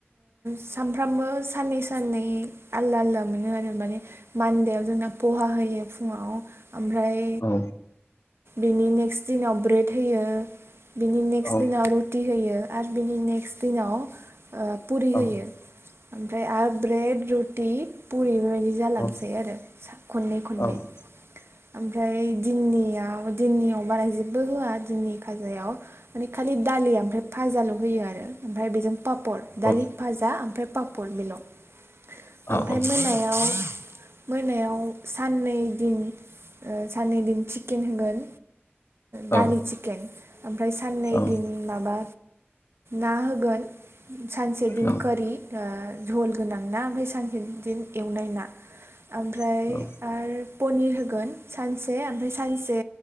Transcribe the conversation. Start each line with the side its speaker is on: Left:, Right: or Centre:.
Right: सामफ्रामबो साननै साननै आलदा आलदा मोनो आरो माने मानदेयाव जोंना पहा होयो फुङाव ओमफ्राय
Left: औ
Right: बिनि नेक्स्ट दिनाव ब्रेड होयो बिनि नेकस्ट
Left: औ
Right: दिनाव रुटि होयो आरो बिनि नेकस्ट दिनाव ओ पुरि
Left: औ
Right: होयो ओमफ्राय आर ब्रेड रुटि पुरि बायदि जालांसै
Left: औ
Right: आरो खननै
Left: औ
Right: खननै
Left: औ
Right: ओमफ्राय दिननियाव दिननियाव बारा जेबो होआ दिननि खाजायाव माने खालि दालि ओमफ्राय भाजाल' होयो आरो ओमफ्राय बेजों पापर दालि
Left: औ
Right: भाजा आमफ्राय पापर बिल' ओमफ्राय
Left: औ औ
Right: मोनायाव मोनायाव साननै दिन ओ साननै दिन चिकेन होगोन दालि
Left: औ
Right: चिकेन आमफ्राय साननै
Left: औ
Right: दिन माबा ना होगोन सानसे दिन
Left: औ
Right: करि ओ झल गोनां ना ओमफ्राय सानसे बिदि एवनाय ना ओमफ्राय
Left: औ
Right: आरो पनिर होगोन सानसे ओमफ्राय सानसे